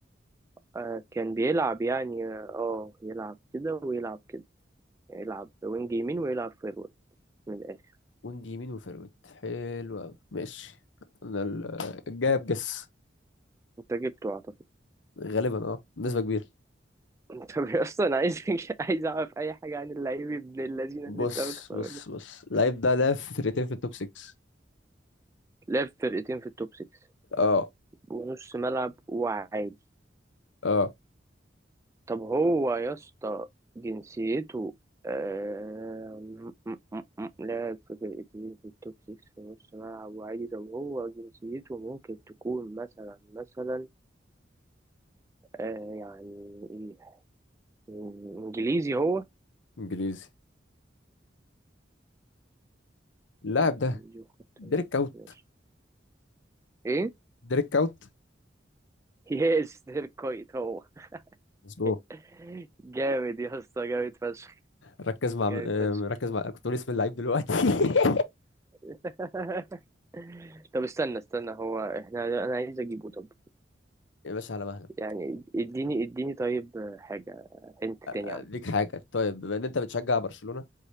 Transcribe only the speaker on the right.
آه كان بيلعب يعني اه آه، يلعب كده ويلعب كده يعني يلعب وينج يمين ويلعب فيرويد من الاخر
انت جبته اعتقد
<laughs> انت اصلا عايز <laughs> عايز اعرف اي حاجه عن اللعيب ابن اللذين
اللي انت مختاره
ده
لعب فرقتين في التوب 6
ونص ملعب وعادي
طب هو يا اسطى جنسيته آه... م- م- م- لاعب في فرقتين في التوب 6 في نص ملعب وعادي طب هو جنسيته ممكن تكون مثلا مثلا آه يعني ايه انجليزي هو
انجليزي
وخط
وش.
ماشي ايه
يس ده الكويت هو
<laughs> جامد يا اسطى جامد فشخ
جامد
فشخ
<laughs> طب استنى استنى هو احنا انا عايز اجيبه طب
يعني اديني اديني طيب حاجة انت تاني
عنه